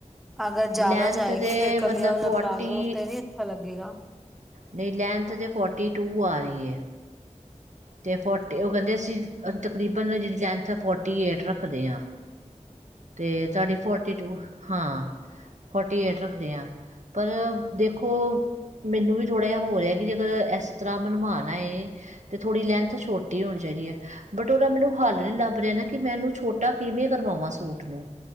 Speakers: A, in the centre; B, on the right (about 75°).
A: ਅਗਰ ਜ਼ਿਆਦਾ
B: ਲੈਂਥ
A: ਜਾਏਗੀ
B: ਤੇ
A: ਫਿਰ ਕਲਆ
B: ਮਤਲਬ
A: ਵਾਲਾ
B: ਫੋਰਟੀ
A: ਪਲਾਜ਼ੋ ਤੇ ਨੀ ਅੱਛਾ ਲੱਗੇਗਾ।
B: ਨਹੀਂ ਲੈਂਥ ਤਾਂ ਫੋਰਟੀ ਟੂ ਆ ਰਹੀ ਹੈ। ਤੇ ਫੋਟੀ ਉਹ ਕਹਿੰਦੇ ਅਸੀਂ ਤਕਰੀਬਨ ਜਿਹੜੀ ਲੈਂਥ ਹੈ ਫੋਰਟੀ ਏਟ ਰੱਖਦੇ ਹਾਂ। ਤੇ ਤੁਹਾਡੀ ਫੋਰਟੀ ਟੂ ਹਾ । ਫੋਰਟੀ ਏਟ ਰੱਖਦੇ ਹਾਂ ਪਰ ਦੇਖੋ ਮੈਨੂੰ ਵੀ ਥੋੜਾ ਜਿਹਾ ਹੋ ਰਿਹਾ ਕਿ ਜੇਕਰ ਇਸ ਤਰ੍ਹਾਂ ਮਨਮਾਨ ਆ ਹੈ। ਅਤੇ ਥੋੜੀ ਲੈਂਥ ਛੋਟੀ ਹੋਣੀ ਚਾਹੀਦੀ ਹੈ ਬਟ ਉਹਦਾ ਮੈਨੂੰ ਹੱਲ ਨਹੀਂ ਲੱਭ ਰਿਹਾ ਨਾ ਕਿ ਮੈਂ ਉਹਨੂੰ ਛੋਟਾ ਕਿਵੇਂ ਕਰਵਾਵਾਂ ਸੂਟ ਨੂੰ